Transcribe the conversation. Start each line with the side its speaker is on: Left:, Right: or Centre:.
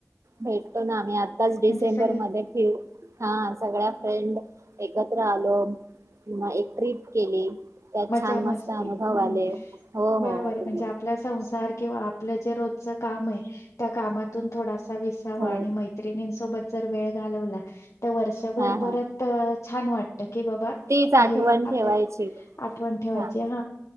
Right: भेटतो ना आम्ही आताच डिसेंबर
Left: म्हणजे सगळे
Right: मध्ये फि हा सगळ्या फ्रेंड एकत्र आलो किंवा एक ट्रिप केली, त्यात
Left: मजा
Right: छान मस्त
Left: मस्ती
Right: अनुभव
Left: ह
Right: आले हो
Left: बरोबर
Right: हो
Left: आहे
Right: अगदी
Left: म्हणजे आपला संसार किंवा आपलं जे रोजच काम आहे त्या कामातून थोड विसावा
Right: थोडं
Left: आणि मैत्रिणीं सोबत जर वेळ घालवला, तर वर्षभर
Right: हा
Left: परत
Right: हा
Left: छान वाटतं. क बाबा
Right: तीच आठवण
Left: आहे आपल्यात
Right: ठेवायची
Left: आठव ठेवायची
Right: हा
Left: ह